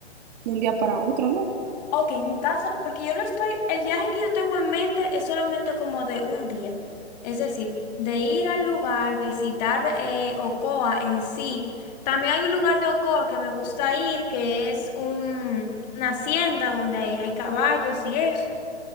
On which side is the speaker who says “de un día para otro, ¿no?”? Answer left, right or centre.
Right